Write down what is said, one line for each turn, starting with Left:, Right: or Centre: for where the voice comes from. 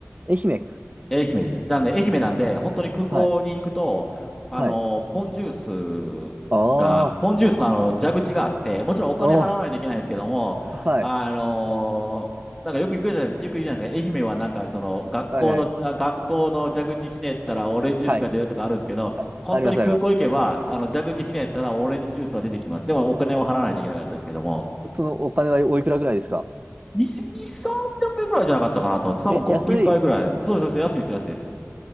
Right: 愛媛か。
Centre: 愛媛です。なんで、愛媛なんで、本当に空港に行くと、
Right: はい、
Centre: あの、
Right: はい。
Centre: ポンジュースが、
Right: あ
Centre: ポンジュースのあの、
Right: あ、
Centre: 蛇口があって、もちろんお金払わないといけないですけども、
Right: おー、はい、
Centre: あのなんかよく行くじゃないですか、よく言うじゃないですか、愛媛はなんかその学校の、
Right: はい、はい、
Centre: あ学校の蛇口ひねったらオレンジジュースが出るとかあるんですけど、
Right: はい。あ、
Centre: 本当に空港行けば、
Right: あります、あります。
Centre: あの蛇口ひねったらオレンジジュースは出てきます。でもお金を払わないといけなかったですけども、
Right: そのお金はおいくらぐらいですか
Centre: 2、2、300円くえんくらいじゃなかったかなと思うんです。多分コップ一杯ぐらい。
Right: え、安い。
Centre: そうそうそう、安いです、安いです。